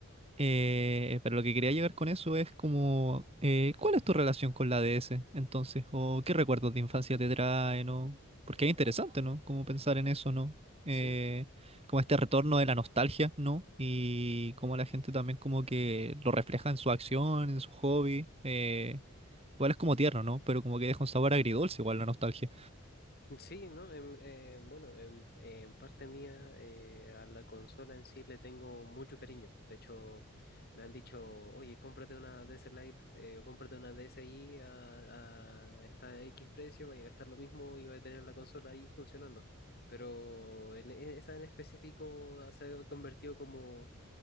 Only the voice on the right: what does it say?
Eh, pero lo que quería llegar con eso es como, eh, ¿cuál es tu relación con la DS entonces? ¿O qué recuerdos de infancia te traen? ¿O? Porque es interesante, ¿no? Como pensar en eso, ¿no? Eh,
como este retorno de la nostalgia, ¿no? Y como la gente también como que lo refleja en su acción, en su hobby. eh, igual es como tierno, ¿no? Pero como que deja un sabor agridulce igual la nostalgia.